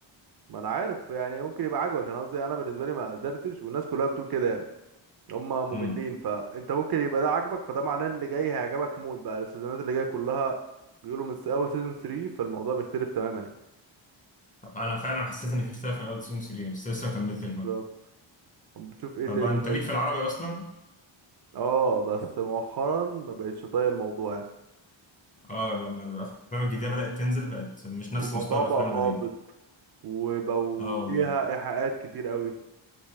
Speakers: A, on the right (about 55°); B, on the left (about 15°).
A: ما انا عارف يعني ممكن يبقى عاجبك انا قصدي انا بالنسبه لي ما قدرتش والناس كلها بتقول كده يعني هما مملين
B: امم
A: فانت ممكن يبقى ده عاجبك فده معناه اللي جاي هيعجبك موت بقى السيزونات اللي جايه كلها بيقولوا من س- اول سيزون 3 فالموضوع بيختلف تماما يعني
B: طب انا فعلا حسيت ان في اختلاف من اول سيزون 3 بس لسه ما كملتش
A: بالظبط
B: بقى
A: طب بتشوف ايه
B: طب
A: تاني
B: انت
A: طيب
B: ليك في العربي اصلا
A: اه بس مؤخرا ما بقتش طايق الموضوع يعني
B: اه لما الافلام الجديده بدات تنزل بقت مش نفس
A: الموضوع
B: مستوى الافلام
A: بقى هابط
B: القديمه
A: وبقوا
B: اه
A: فيها
B: والله
A: ايحاءات كتير قوي